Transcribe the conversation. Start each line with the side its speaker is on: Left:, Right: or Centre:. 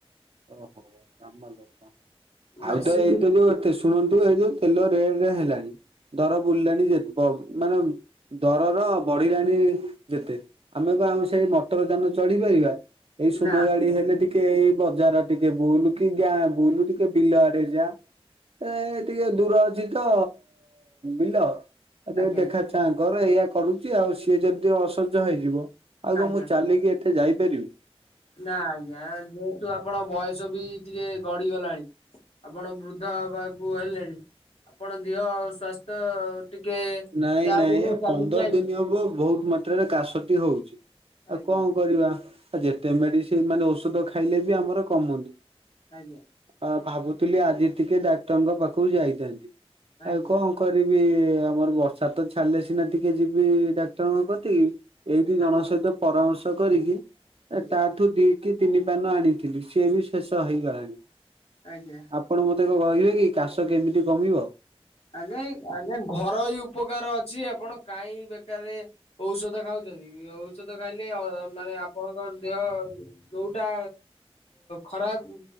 Right: ଓହୋ ଗ୍ରାମ ଲୋକ
Left: ବେଶୀ
Right: ଆଉ ତ ଏଇଟା ଯୋଉ ତିସ୍ ଶୁଣନ୍ତୁ ଏଇ ଯୋଉ ତେଲ ରେଟେ ହେଲାଣି ଦର ବୁଲିଲାଣି ଯେ ବ ମାନେ ଦରର ବଢିଲାଣି ଯେତେ ଆମେ ବା ଆମ ସେଇ ମଟର ଯାନ ଚଢପାରିବା। ଏଇ ଶୂନ
Left: ନା
Right: ଗାଡି ହେଲେ ଟିକେ ଏଇ ବଜାର ଟିକେ ବୁଲୁ କି ଗାଁ ବୁଲୁ ଟିକେ ବିଲ ଆଡେ ଯା। ଏ ଟିକେ ଦୂର ଅଛି ତ ବିଲ ଆ
Left: ଆଜ୍ଞା
Right: ଦେଖା ଚାଙ୍କର ଏଇୟଆ କରୁଛି ଆଉ ସିଏ ଯଦି ଅସହଜ୍ୟ ହେଇଯିବ ଆଉଗ
Left: ଆଜ୍ଞା
Right: ମୁଁ ଚାଲିକି ଏତେ ଯାଇପାରିବି
Left: ନା ଆଜ୍ଞା ଯେହେତୁ ଆପଣ ବୟସ ବି ଟିକେ ଗଢି ଗଲାଣି ଆପଣ ବୃଦ୍ଧ ହେବାକୁ ହେଲେଣି ଆପଣ ଦିଅ ସ୍ଵାସ୍ଥ୍ୟ ଟିକେ
Right: ନାଇଁ
Left: ଯାହା
Right: ନାଇଁ
Left: ବି ହେଲେ
Right: ଏ
Left: ଚାଲିକି
Right: ପନ୍ଦର
Left: ଆଇଲେ।
Right: ଦିନ ହବ ବହୁତ ମେ ପାତ୍ରରେ କାଶଟି ହଉଛି
Left: ଆଜ୍ଞା
Right: ଆଉ କଣ କରିବା ଆଉ ଯେତେ ମେଡି ସେ ମାନେ ଔଷଧ ଖାଇଲେ ବି ଆମର କମୁନି
Left: ଆଜ୍ଞା
Right: ଆ ଭାବୁଥିଲି ଆଜି ଟିକେ ଡାକ୍ତରଙ୍କ ପାଖକୁ ଯାଇଥାନ୍ତି
Left: ଆଜ୍ଞା
Right: ଆଉ କଣ କରିବି ଆମର ବର୍ଷା ତ ଛାଲେେ ସିନା ଟିକେ ଯିବି ଡାକ୍ତରଙ୍କ କତି ଏଇ ଦି ଜଣଙ୍କ
Left: ଆଜ୍ଞା
Right: ସହିତ ପରାମର୍ଶ କରିକି
Left: ଆଜ୍ଞା
Right: ତାଠୁ ଦ କି ତିନି ପାନ ଆଣିଥିଲି ସିଏ ବି ଶେଷ ହେଇଗଲାଣି
Left: ଆଜ୍ଞା
Right: ଆପଣ ମତେ କହିବେ କି କାଶ କେମିତି କମିବ
Left: ଆଜ୍ଞା ଆଜ୍ଞା ଘର ହଇ ଉପକାର ଅଛି ଆପଣ କହିଁ ବେକାର ଔଷଧ ଖାଉଛନ୍ତି ଔଷଧ ଖାଇଲେ ମାନେ ଆପଣଙ୍କ ଦେହ ଯୋଉଟା ଖରାପ